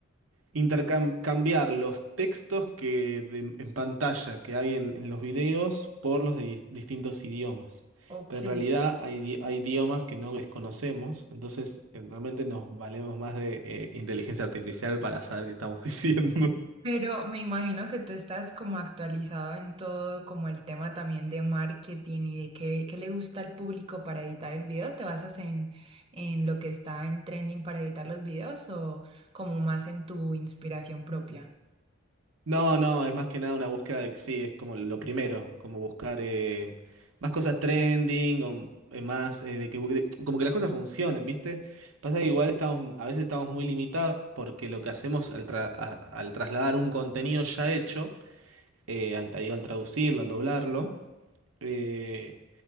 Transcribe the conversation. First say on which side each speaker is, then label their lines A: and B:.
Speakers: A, on the right; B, on the right.
A: intercambiar los textos que de- en pantalla que hay en, en los videos por los de dis- distintos idiomas.
B: Ok.
A: Pero en realidad hay, idi- hay idiomas que no desconocemos, entonces eh, realmente nos valemos más de eh, inteligencia artificial para saber qué estamos <laughs> diciendo.
B: Pero me imagino que tú estás como actualizado en todo, como el tema también de marketing y de qué, qué le gusta al público para editar el video. ¿Te basas en, en lo que está en trending para editar los videos o como más en tu inspiración propia?
A: No, no, es más que nada una búsqueda de, sí, es como lo primero, como buscar eh, más cosas trending o eh, más, eh, de que, de- como que las cosas funcionen, ¿viste? Pasa que igual estamos, a veces estamos muy limitados porque lo que hacemos al, tra- a- al trasladar un contenido ya hecho, eh, al, ahí al traducirlo, al doblarlo, eh,